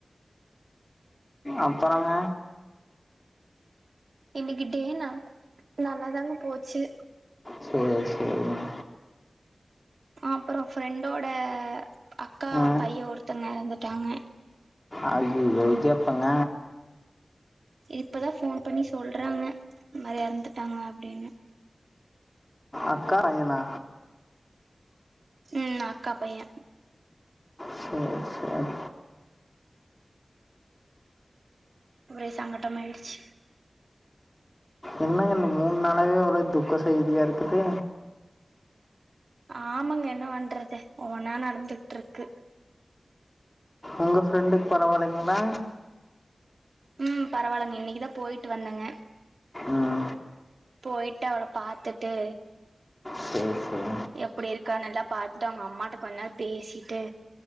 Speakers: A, on the left; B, on the right.
A: அப்பறோங்க
B: இன்னிக்கி டே ந நல்லாதாங்க போச்சு
A: சேரி சேரி மா
B: அப்பறோ ஃப்ரெண்டோட அக்கா
A: ஆ
B: பைய ஒருத்தங் எறந்துட்டாங்க
A: அய்யிய்யோ இது எப்பங்க
B: இப்பதா ஃபோன் பண்ணி சொல்றாங்க இந் மாரி எறந்துட்டாங்க அப்டினு
A: அக்கா பையனா
B: ம் அக்கா பைய
A: சேரி சேரி
B: ஒரே சங்கட்டம் மாயிடுச்சு
A: என்னங்க இந்த மூணு நாளவே ஒரே துக்க செய்தியாருக்குது
B: ஆமாங்க என்ன பண்றது ஒவ்வொன்னா நடந்துட்ருக்கு
A: உங்க ஃப்ரெண்டுக் பரவாலிங்ளா
B: ம் பரவாலங் இன்னிக்கிதா போய்ட்டு வந்தேங்க
A: ம்
B: போய்ட்டு அவள பாத்துட்டு
A: செரி செரி
B: எப்படி இருக்கான்னு எல்லா பாத்துட்டு அவுங்க அம்மாட்ட கொன்நேர் பேசிட்டு